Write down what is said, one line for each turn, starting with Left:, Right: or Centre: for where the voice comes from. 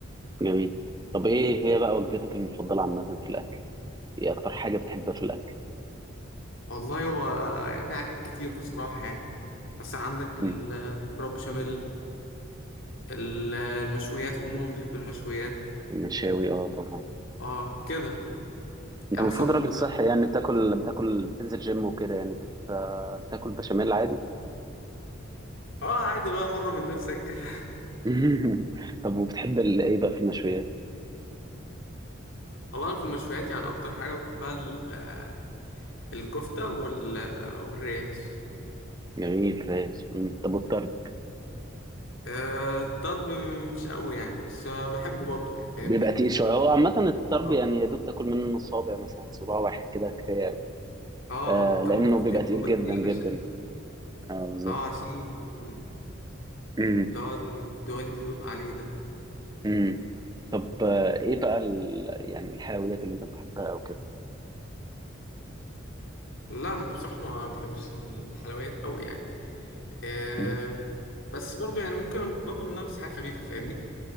Right: جميل طب ايه هي بقى وجبتك المفضلة عامة في الاكل ايه اكتر حاجة بتحبها في الاكل
Left: والله هو في حاجات كتير بصراحه يعني مثلا عندك
Right: امم
Left: المكرونه بشاميل ال- المشويات عموما بحب المشويات
Right: المشاوي اه طبعا
Left: اه كده
Right: انت
Left: يعني
Right: المفروض
Left: مثلا
Right: راجل
Left: بقى-
Right: صحي يعني بتاكل بتاكل بتنزل جيم وكده يعني بت... بتاكل بشاميل عادي
Left: اه عادي بقى مرة من نفسك كده <laughs>
Right: <laughs> طب وبتحب ال... ايه بقى في المشويات
Left: والله انا في المشويات يعني اكتر حاجة بحبها ال- الكفتة وال... والريش
Right: جميل ماشي مم. طب والطرب
Left: آه الطرب مش قوي يعني بس بحبه برضه يعني فاهمني
Right: بيبقى تقيل شويه هو عامه الطرب
Left: اه
Right: يعني يا دوب تاكل منه صابع مثلا صباع واحد كده كفايه أوي.
Left: اه
Right: آه
Left: الطرب
Right: لانه بيبقى
Left: بت-
Right: تقيل
Left: بيبقى
Right: جدا
Left: تقيل
Right: جدا
Left: عشان
Right: اه بالظبط
Left: اه عشان ال-
Right: مم.
Left: اللي هو الدهون اللي بيبقى عليه ده
Right: مم. طب آه، ايه بقى ال... يعني الحلويات اللي انت بتحبها او كده
Left: لا ما- بصراحة ما بحبش الحلويات قوي يعني آه
Right: مم.
Left: بس برضه يعني ممكن باكل منها بس حاجة خفيفة فاهمني